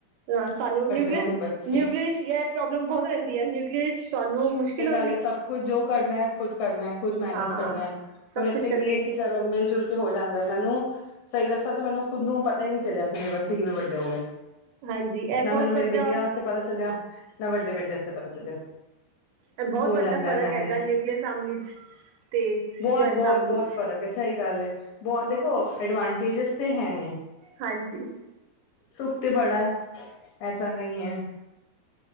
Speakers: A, on the right; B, on the left.
A: ਅ ਸਾਨੂੰ ਨਿਊਕਲੀਅਸ,
B: ਹੋ ਗਏ ਬੱਚੇ
A: ਨਿਊਕਲੀਅਸ ਪ੍ਰੋਬਲਮ ਬਹੁਤ ਰਹਿੰਦੀ ਹੈ। ਨਿਊਕਲੀਅਸ ਸਾਨੂੰ ਮੁਸ਼ਕਿਲੁੰ
B: ਹਲੇ ਸਭ ਕੁਛ ਜੋ ਕਰਨਾ ਹੈ, ਖੁਦ ਕਰਨਾ ਹੈ, ਖੁਦ ਮੈਨੇਜ
A: ਹਾਂ
B: ਕਰਨਾ ਹੈ
A: ਸਭ
B: ਔਰ ਇੱਥੇ
A: ਕੁਛ ਇਕੱਲੇ
B: ਕੀ ਹੈ ਕਿ ਚਲੋ ਮਿਲ ਜੁਲ ਕੇ ਹੋ ਜਾਂਦਾ। ਮੈਨੂੰ, ਸਹੀ ਦੱਸਾ ਤੇ ਮੈਨੂੰ ਖੁਦ ਨੂੰ ਪਤਾ ਹੀ ਨਹੀਂ ਚਲਿਆ ਕਿ ਮੇਰੇ ਬੱਚੇ ਕਿਵੇਂ ਵੱਡੇ ਹੋ ਗਏ।
A: ਹਾਂਜੀ ਇਹ ਬਹੁਤ
B: ਨਾ ਮੈਨੂੰ
A: ਵੱਡਾ
B: ਮੇਰੀ ਬਿਟੀਆਂ ਵਾਸਤੇ ਪਤਾ ਚੱਲਿਆ, ਨਾ ਵੱਡੇ ਬੇਟੇ ਵਾਸਤੇ ਪਤਾ ਚੱਲਿਆ।
A: ਐ ਬਹੁਤ
B: ਹੋ
A: ਵੱਡਾ
B: ਜਾਂਦਾ
A: ਫ਼ਰਕ
B: ਹੈ ਮੈਨੇਜ
A: ਹੈਗਾ ਨਿਊਕਲੀਅਰ ਫਮਲੀ ਚ ਤੇ
B: ਬਹੁਤ-
A: ਜੁਆਇੰਟ
B: ਬਹੁਤ
A: ਫੈਮਿਲੀ
B: -ਬਹੁਤ
A: ਚ
B: ਫ਼ਰਕ ਸਹੀ ਗੱਲ ਏ। ਬਹੁਤ ਦੇਖੋ ਐਡਵਾਂਟੇਜਿਸ ਤੇ ਹੈ ਨੇ
A: ਹਾਂਜੀ।
B: ਸੁਖ ਤੇ ਬੜਾ ਹੈ ਐਸਾ ਨਹੀਂ ਹੈ।